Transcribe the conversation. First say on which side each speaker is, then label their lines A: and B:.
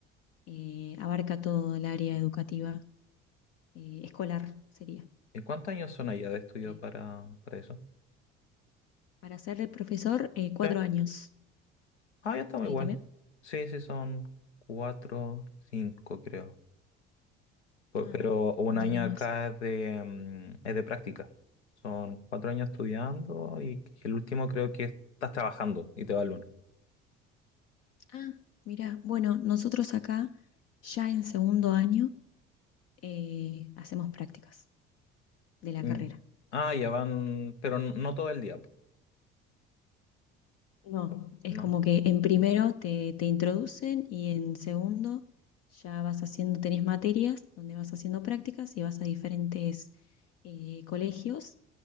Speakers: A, on the left; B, on the left.
A: Eh, abarca todo el área educativa, eh, escolar sería.
B: ¿Y cuántos años son allá de estudio
A: Eh,
B: para, para eso?
A: para ser profesor, eh, cuatro
B: Sí.
A: años.
B: Ah, ya estamos
A: Ahí
B: igual.
A: también.
B: Sí, sí, son cuatro, cinco, creo. Pe-
A: Ah,
B: Pero un
A: un
B: año
A: año
B: acá
A: más.
B: es de, mm, es de práctica. Son cuatro años estudiando y el último creo que estás trabajando y te va el lunes.
A: Ah, mira, bueno, nosotros acá ya en segundo año eh, hacemos prácticas. de la
B: Mm,
A: carrera.
B: Ah, ya van, pero n- no todo el día, po.
A: No,
B: Oh,
A: es
B: ¿no?
A: como que en primero te, te introducen y en segundo ya vas haciendo, tenés materias donde vas haciendo prácticas y vas a diferentes eh, colegios